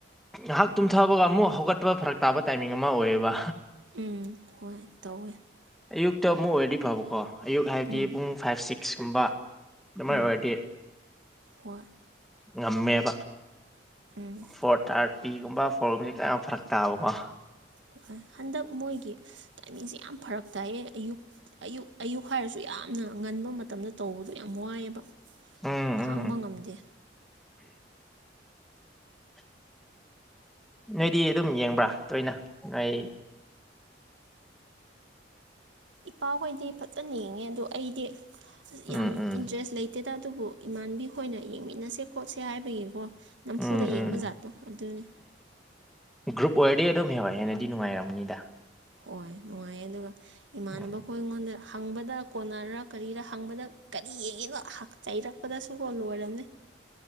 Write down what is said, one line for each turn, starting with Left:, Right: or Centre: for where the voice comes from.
Centre: ꯥꯉꯍꯥꯛ ꯇꯨꯝꯊꯕꯒ ꯑꯃꯨꯛ ꯍꯧꯒꯠꯄ ꯐꯔꯛ ꯇꯥꯕ ꯇꯥꯏꯃꯤꯡ ꯑꯃ ꯑꯣꯏꯌꯦꯕ
Right: ꯎꯝ ꯍꯣꯏ ꯇꯧꯋꯦ
Centre: ꯑꯌꯨꯛꯇ ꯑꯃꯨꯛ ꯑꯣꯏꯔꯗꯤ ꯐꯕꯀꯣ ꯑꯌꯨꯛ ꯍꯥꯏꯕꯗꯤ
Right: ꯎꯝ
Centre: ꯄꯨꯡ ꯐꯥꯏꯞ ꯁꯤꯛꯁꯀꯨꯝꯕ ꯑꯗꯨꯃꯥꯏꯅ
Right: ꯎꯝ
Centre: ꯑꯣꯏꯔꯗꯤ
Right: ꯍꯣꯏ
Centre: ꯉꯝꯃꯦꯕ
Right: ꯎꯝ
Centre: ꯐꯣꯔ ꯊꯥꯔꯇꯤꯒꯨꯝꯕ ꯐꯣꯔꯒꯨꯝꯕꯗꯤ ꯀꯌꯥꯝ ꯐꯔꯛ ꯇꯥꯕꯀꯣ
Right: ꯍꯨꯍꯥꯢ ꯍꯟꯗꯛ ꯃꯣꯏꯒꯤ ꯇꯥꯏꯃꯤꯡꯁꯦ ꯌꯥꯝ ꯐꯔꯛ ꯇꯥꯏꯌꯦ ꯑꯌꯨꯛ ꯑꯌꯨꯛ ꯑꯌꯨꯛ ꯍꯥꯏꯔꯁꯨ ꯌꯥꯝꯅ ꯉꯟꯕ ꯃꯇꯝꯗ ꯇꯧꯕꯗꯣ ꯌꯥꯝ ꯋꯥꯏꯑꯦꯕ
Centre: ꯎꯝ
Right: ꯈꯥꯡꯕ
Centre: ꯎꯝ
Right: ꯉꯝꯗꯦ
Centre: ꯅꯣꯏꯗꯤ ꯑꯗꯨꯝ ꯌꯦꯡꯕ꯭ꯔꯥ ꯇꯣꯏꯅ ꯅꯣꯏ
Right: ꯏꯄꯥꯍꯣꯏꯗꯤ ꯐꯖꯅ ꯌꯦꯡꯉꯦ ꯑꯗꯣ ꯑꯩꯗꯤ
Centre: ꯎꯝ
Right: ꯌꯥꯝ
Centre: ꯎꯝ
Right: ꯏꯟꯇ꯭ꯔꯦꯁ ꯂꯩ <unintelligible> ꯑꯗꯨꯕꯨ ꯏꯃꯥꯟꯕꯤ ꯈꯣꯏꯅ ꯌꯦꯡꯃꯤꯟꯅꯁꯦ ꯈꯣꯠꯁꯦ ꯍꯥꯏꯕꯒꯤꯀꯣ ꯅꯝꯐꯨꯗ
Centre: ꯎꯝ
Right: ꯌꯦꯡꯕ
Centre: ꯎꯝ
Right: ꯖꯥꯠꯇꯣ ꯑꯗꯨꯅꯤ
Centre: ꯒ꯭ꯔꯨꯞ ꯑꯣꯏꯔꯗꯤ ꯑꯗꯨꯝ <unintelligible> ꯍꯦꯟꯅꯗꯤ ꯅꯨꯡꯉꯥꯏꯔꯝꯒꯅꯤꯗ
Right: ꯍꯣꯏ ꯅꯨꯡꯉꯥꯏꯌꯦ ꯑꯗꯨꯒ ꯏꯃꯥꯟꯅꯕꯈꯣꯏ
Centre: ꯎꯝ
Right: ꯑꯩꯉꯣꯟꯗ ꯍꯪꯕꯗ ꯀꯣꯟꯅꯔꯥ ꯀꯔꯤꯔ ꯍꯪꯕꯗ ꯀꯔꯤ ꯌꯦꯡꯉꯤꯅꯣ ꯆꯩꯔꯛꯄꯗꯁꯨꯀꯣ ꯂꯣꯏꯔꯥꯃꯦ